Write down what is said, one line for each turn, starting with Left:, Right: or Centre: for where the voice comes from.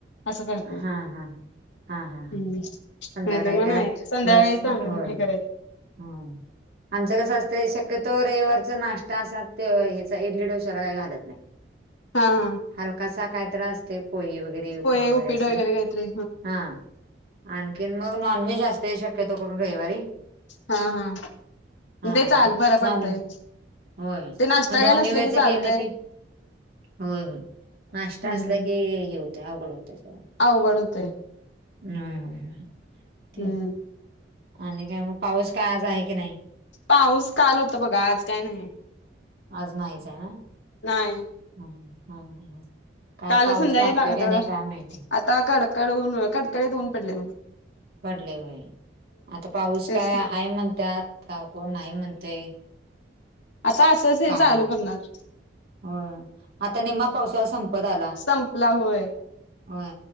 Left: असं करतोय
Right: हा.. हा. हा.. हा.. हा.
Left: हम्म
Right: संध्याकाळी
Left: नाहीतर मग
Right: काय
Left: नाही संध्याकाळीच
Right: मस्त,
Left: आम्ही
Right: हो
Left: हे करायचं
Right: हम. आमचं कसं असतंय, शक्यतो रविवारचा नाश्ता असाच. त्यो ह्याचा इडली, डोश्याला काही घालत नाही.
Left: हा हा
Right: हलकासा कायतरी असते, पोहे वगैरे.
Left: पोहे
Right: मावर
Left: उपीट
Right: असं.
Left: वगैरे काहीतरी
Right: हा. आणखीन मग नॉनव्हेज असतंय शक्यतो करून रविवारी.
Left: हा.. हा.
Right: हा
Left: ते चाल बरं
Right: नॉन,
Left: पडतंय
Right: होय.
Left: ते नाश्ता
Right: पण दोन्ही
Left: काय नसलं
Right: वेळचे
Left: चालतंय
Right: केले की होय.. होय. नाश्ता
Left: हम्म
Right: असला की हे होते, अवघड होते सगळं.
Left: अवघड होतंय.
Right: नाय हाय, ते
Left: हम्म
Right: आणि काय मग? पाऊस काय आज आहे की नाही?
Left: पाऊस काल होता बघा, आज काय नाही.
Right: आज नाहीच आहे ना?
Left: नाही
Right: ह. काय
Left: काल
Right: पाऊस
Left: संध्याकाळी
Right: लागतोय
Left: लागला
Right: का
Left: तेवढा
Right: नाही, काय माहितीय.
Left: आता कडकड उन, कडकडीत उन पडले बघ.
Right: पडले होय. आता पाऊस
Left: तेच
Right: काय
Left: की
Right: आहे म्हणतात का कोण नाही म्हणते.
Left: आता असंच हे
Right: काय
Left: चालू
Right: नाही
Left: करणारं.
Right: होय, आता निम्मा पावसाळा संपत आला.
Left: संपला हो.
Right: होय